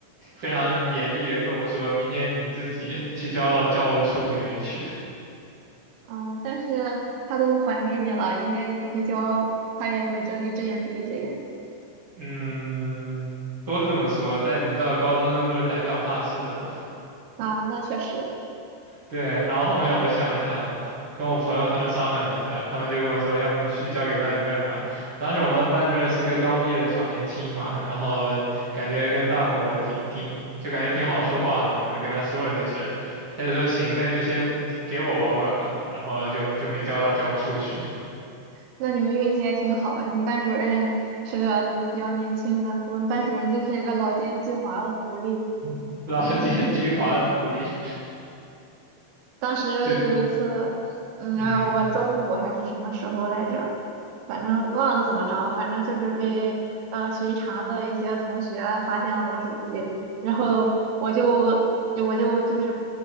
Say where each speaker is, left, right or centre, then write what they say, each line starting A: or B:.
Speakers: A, on the right (about 40°); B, on the right (about 85°).
A: 非常严厉的跟我说，明天你自己去交到教务处那边去。
B: 嗯，但是他都还给你了，应该你不去交，他也会睁一只眼闭一只眼
A: 嗯，都是这么说，但你知道高中生都是胆小怕事的嘛，
B: 啊。那确实，
A: 对，然后后面我想了想，跟我朋友他们商量了一下，他们就跟我说，要不你去交给班主任吧。当时我们班主任是个刚毕业的小年轻嘛，然后感觉跟大伙儿挺挺，就感觉挺好说话的嘛，我就跟他说了这事儿，他就说行，那就先不给我保管吧，然后就就没交到教务处去，
B: 那你们运气也挺好，你们班主任是个比较年轻的，我们班主任就是一个老奸巨猾的狐狸。
A: <laughs> 老奸巨猾的狐狸，
B: 当时有一次，
A: 就
B: 嗯，
A: 嗯，
B: 我中午还是什么时候来着，反正忘了怎么着，反正就是被呃巡查的一些同学发现了我的手机，然后我就我就就是